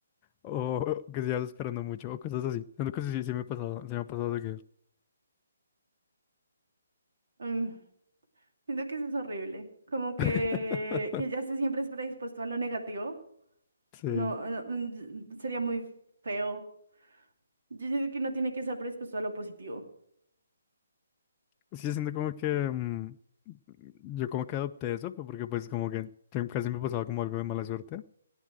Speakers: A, on the left; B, on the right.
A: o que estás esperando mucho, o cosas así. Siento que sí, sí, sí me ha pasado, sí me ha pasado de que
B: Mm, siento que eso es horrible. Como que,
A: <laughs>
B: que ya esté siempre es predispuesto a lo negativo.
A: Sí,
B: No, no, mm, sería muy feo. Yo siento que no tiene que estar predispuesto a lo positivo.
A: sí, siento como que mm, yo como que adopté eso, pero porque pues como que te- casi me pasaba como algo de mala suerte.